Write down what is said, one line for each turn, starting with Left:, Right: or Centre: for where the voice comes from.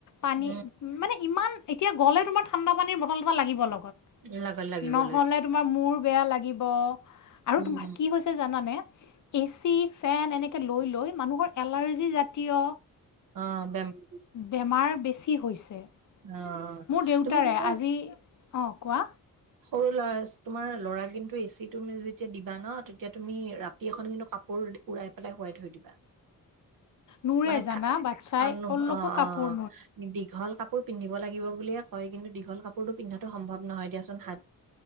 Left: পানী
Right: উম।
Left: মানে ইমান এতিয়া গ'লে তোমাৰ ঠাণ্ডা পানীৰ বটল এটা লাগিব লগত। নহ'লে
Right: লাগাত লাগিব লাগিব
Left: তোমাৰ মোৰ বেয়া লাগিব আৰু
Right: উম
Left: তোমাৰ কি হৈছে জানানে এ চি, ফেন এনেকে লৈ লৈ মানুহৰ এলাৰ্জি জাতীয়
Right: অ' বেমাৰ
Left: বেমাৰ বেছি হৈছে।
Right: অঁ'
Left: মোৰ দেউতাৰে
Right: তুমি কিন্তু
Left: আজি অঁ' কোৱা?
Right: সৰু ল'ৰা। তোমাৰ ল'ৰা কিন্তু এ চিত তুমি যেতিয়া দিবা ন' তেতিয়া তুমি ৰাতি এখন কিন্তু কাপোৰ উৰাই পেলাই শুৱাই থৈ দিবা।
Left: নোৰে
Right: মানে
Left: জানা
Right: খা
Left: বাচ্ছাই
Right: অঁ' অঁ'
Left: অলপো
Right: অঁ'
Left: কাপোৰ
Right: দীঘল কাপোৰ কাপোৰ পিন্ধিব লাগিব বুলিয় কয় কিন্তু দীঘল কাপোৰটো পিন্ধাটো সম্ভৱ নহয় দিয়চোন। হাত